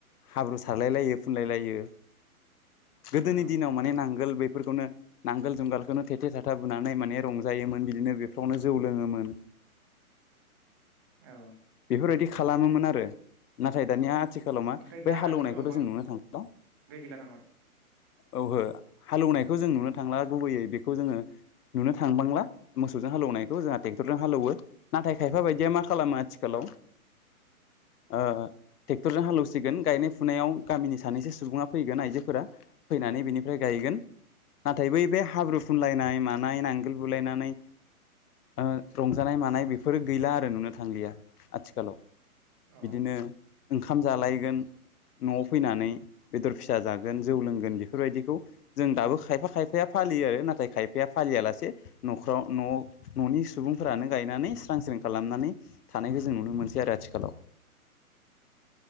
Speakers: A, on the left; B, on the right.
A: हाब्रु सारलाय लायो फुनलाय लायो। गोदोनि
B: औ
A: दिनाव माने नांगोल बेफोरखौनो नांगोल जुंगालखौनो थेथे थाथा बोनानै माने रंजायोमोन बिदिनो बेफोरावनो जौ लोङोमोन।
B: औ
A: बेफोरबायदि खालामोमोन आरो। नाथाय दानिया आथिखालाव मा
B: ओमफ्राय
A: बै
B: दा
A: हालौवनायखौथ'
B: आथिखालाव
A: जों नुनो थांला
B: बांद्राय गैला नामा
A: औहो
B: अ
A: हालऔवनाय खौ जों नुनो थांला गुबैयै बेखौ जोंङो नुनो थांबांला मोसौजों हालौनायखौ जोंहा ट्रेक्टरजों हालौवो नाथाय खायफा बायदिया मा खालामो आथिखालाव
B: औ
A: ओ ट्रेक्टरजों हालेवसिगोन गायनाय फुनायाव गामिनि सानैसो सुबुङा फैगोन आइजोफोरा फैनानै बिनिफ्राय गायगोन। नाथाय बै बे हाब्रु फुनलायनाय मानाय नांगोल बुलायनानै ओ रंजानाय मानाय बेफोरो गैला आरो नुनो थांलिया आथिखालाव।
B: अ
A: बिदिनो ओंखाम ओंखाम जालायगोन न'आव फैनानै बेदर फिसा जागोन। जौ लोंगोन बेफोरबायदिखौ जों दाबो खायफा खायफाया फालियो आरो नाथाय खायफाया फालियालासे न'खराव न' न'नि सुबुंफोरानो गायनानै स्रां स्रिं खालामनानै थानायखौ जों नुनो मोनसै आरो आथिखालाव।